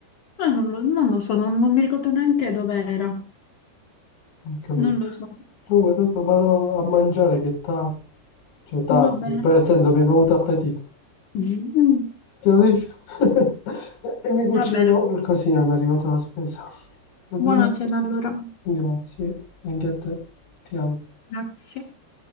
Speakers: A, on the left; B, on the left.
A: Ma non lo, non lo so, non, non mi ricordo neanche dove era.
B: Ho Capito?
A: Non lo so.
B: Comunque adesso vado a mangiare che è tardi, cioè tardi,
A: Va bene.
B: per senso mi è venuto appetito.
A: <laughs>
B: Chiarissimo. <laughs> E mi cucino
A: Va bene.
B: per così mi è arrivata la spesa. Va bene?
A: Buona cena allora.
B: Grazie. Anche a te. Ti amo.
A: Grazie.